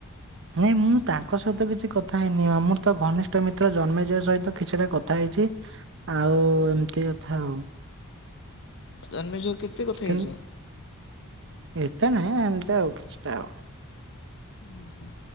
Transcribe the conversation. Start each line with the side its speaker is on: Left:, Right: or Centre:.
Right: ନାଇଁ ମୁଁ ତାଙ୍କ ସହିତ କିଛି କଥା ହେଇନି ମର ତ ଘନିଷ୍ଠ ମିତ ତ୍ର ଜନ୍ମଯୟ ସହିତ କିଛିଟା କଥା ହେଇଚି ଆଉ ଏମିତି କଥା ଆଉ।
Left: ଜନ୍ମୟ ଚ କେତେ କଥା
Right: କିନ୍ତୁ
Left: ହେଇଚ?
Right: ଏତେ ନହିଁ ଏମିତି ଆଉ କିଛିଟା ଆଉ।
Left: ଓ ହୁଁ।